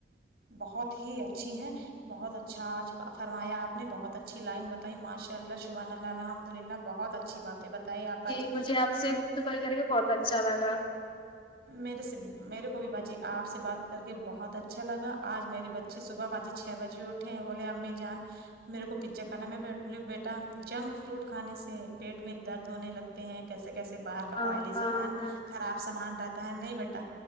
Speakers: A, on the right; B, on the left.
A: بہت ہی اچھی ہے بہت اچھا آج فرمایا آپ نے بہت اچھی لائن بتائی ماشاء اللہ شبان اللہ الحمد للہ بہت اچھی بات بتائیں آپ باجی
B: جی مجھے آپ سے گفتگو کرے کے بہت اچھا لگا
A: میرے سے میرے کو بھی باجی آپ سے بات کر کے بہت اچھا لگا آج میرے بچ اچھے صبح باجی چھ بجے اٹھے ہیں بولے امی جان میرے کو پیزا کھانا میں بیٹا جنک فروٹ کھانے سے پیٹ میں درد ہونے لگتا ہیں کیسے کیسے باہر کا
B: ہاں
A: آئلی
B: ہاں
A: سامان
B: ہاں
A: خراب سامان رہتا ہے نہیں بیٹا